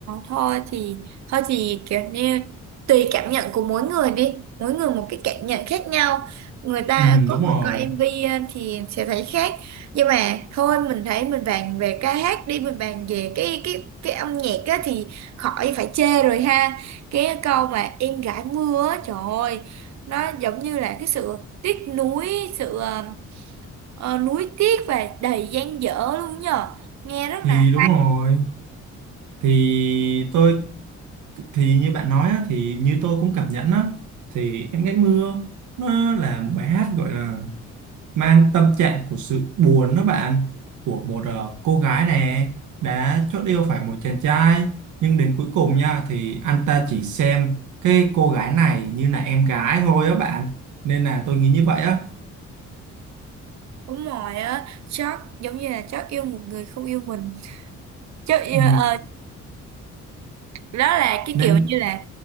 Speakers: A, on the right (about 65°); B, on the right (about 75°).
A: thôi thì thôi thì kiểu như tùy cảm nhận của mỗi người đi mỗi người một cái cảm nhận khác nhau người ta
B: Ừ,
A: có
B: đúng
A: người
B: rồi
A: coi MV ờ, thì sẽ thấy khác nhưng mà thôi mình thấy mình bàn về ca hát đi mình bàn về cái cái cái âm nhạc á thì khỏi phải chê rồi ha cái câu mà em gái mưa á trời ơi nó giống như là cái sự tiếc nuối sự ờ, ờ, nuối tiếc và đầy dang dở luôn nhờ nghe rất
B: thì
A: là
B: đúng rồi thì tôi thì như bạn nói á, thì như tôi cũng cảm nhận á thì em gái mưa nó là một bài hát gọi là mang tâm trạng của sự buồn đó bạn của một ờ, cô gái nè đã chót yêu phải một chàng trai nhưng đến cuối cùng nha thì anh ta chỉ xem cái cô gái này như là em gái thôi á bạn nên là tôi nghĩ như vậy á
A: Đúng rồi á, chắc giống như là chắc yêu một người không yêu mình. Chắc yêu,
B: ừ,
A: ờ, đó là cái
B: nên
A: kiểu như là